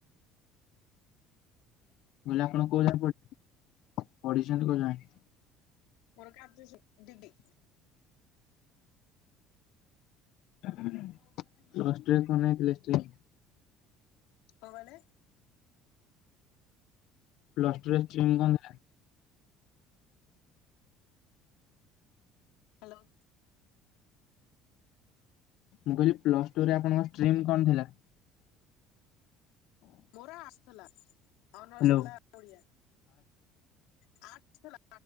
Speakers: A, on the left (about 55°); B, on the left (about 75°).
A: ମୁଁ କହିଲେ ଆପଣ କୋଉ ଯାଏଁ ପଢି ପଢୁଛନ୍ତି କୋଉ ଯାଏଁ?
B: ମୋର କା ଆବ୍ରେଜେ ଡିଡି।
A: ତମ ଷ୍ଟ୍ରିମ୍ କଁ ନେଇଥିଲେ ଷ୍ଟ୍ରିମ୍?
B: କଣ କହିଲେ?
A: ପ୍ଲସ ଟୁରେ ଷ୍ଟ୍ରିମ୍ କଣ ଥିଲା?
B: ହାଲୋ?
A: ମୁଁ କହିଲି ପ୍ଲସ୍ ଟୁରେ ଆପଣଙ୍କ ଷ୍ଟ୍ରିମ କଣ ଥିଲା?
B: ମୋର ଆସଥିଲା ଅନର୍ସ
A: ହ୍ୟାଲୋ
B: ଥିଲା ଓଡିଆ। ଆ <unintelligible>